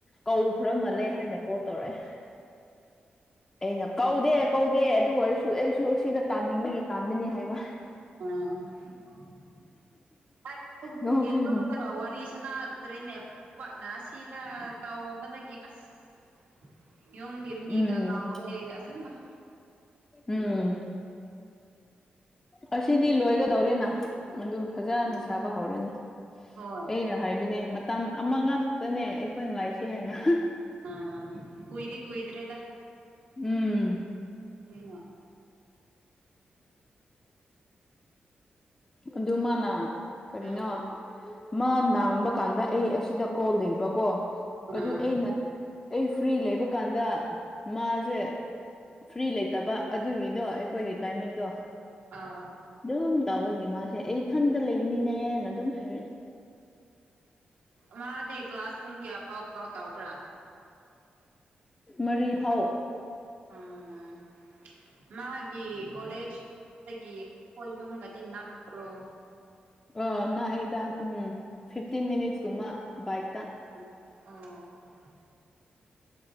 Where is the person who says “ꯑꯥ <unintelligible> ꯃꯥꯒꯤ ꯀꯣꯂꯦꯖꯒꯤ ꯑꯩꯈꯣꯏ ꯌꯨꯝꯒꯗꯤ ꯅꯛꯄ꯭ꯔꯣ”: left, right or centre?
Right